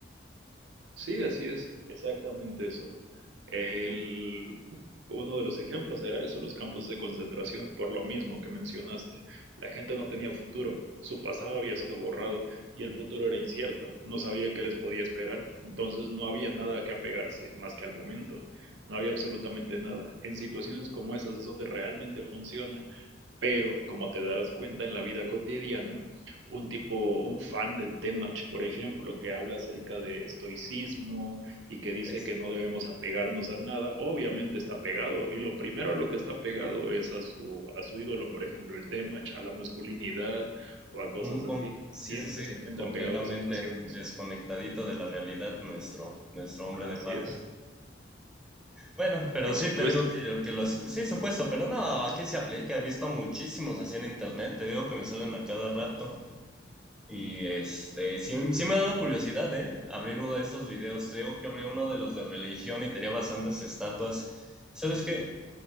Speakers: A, on the right (about 70°); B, in the centre.
A: Sí, así es. Exactamente eso. El... Uno de los ejemplos era eso, los campos de concentración, por lo mismo que mencionaste. La gente no tenía futuro, su pasado había sido borrado y el futuro era incierto, no sabía qué les podía esperar, entonces no había nada a que apegarse más que al momento, no había absolutamente nada. En situaciones como esas es donde realmente funciona Pero, como te darás cuenta en la vida cotidiana, un tipo, un fan del Temach, por ejemplo, que habla acerca de estoicismo y que dice
B: Es
A: que no debemos apegarnos a nada, obviamente está pegado. Y lo primero a lo que está pegado es a su, a su ídolo, por ejemplo, el Temach, a la masculinidad o a cosas
B: un
A: así.
B: con- sí,
A: Siempre
B: sí, sí,
A: se encuentra
B: completamente
A: pegado a situaciones.
B: desconectadito de la realidad nuestro, nuestro hombre de
A: Así
B: paja.
A: es.
B: Bueno, pero
A: Por
B: sí,
A: supuesto.
B: te digo que, que los... Sí, supuesto, pero no, aquí se aplica. He visto muchísimos así en internet. Te digo que me salen a cada rato. Y este, sí, sí me ha dado curiosidad, ¿eh? Abrir uno de estos videos. Tengo que abrir uno de los de religión y tenía bastantes estatuas. ¿Sabes qué?